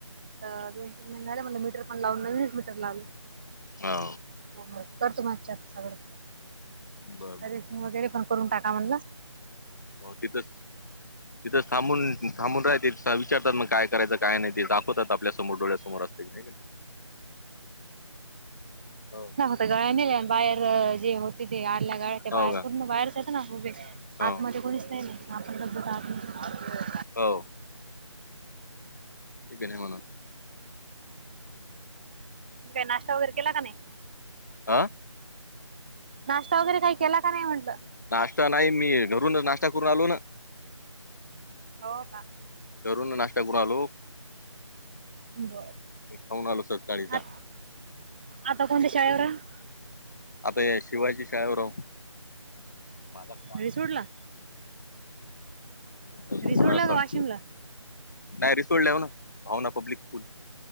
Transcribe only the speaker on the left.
हो.
बर बर
हो तिथंच तिथंच थांबून थांबून राहते विचारतात मग काय करायचं काय नाही ते दाखव स्वत आपल्या समोर डोळ्यासमोर असते नाही का हो <unintelligible>
हो
का
हो
हो. एक बन म्हण <inaudible>
आं.
नाश्ता नाही मी घरूनच नाश्ता करून आलो ना
रून नाश्ता करून आ लोक <unintelligible>
खाऊन आलो सकाळीचा
आप शिवाजी शाळेवर राह माझ <unintelligible>
हा
सरळ,
डायरेक्ट सोडला न भावना पब्लिक स्कूल.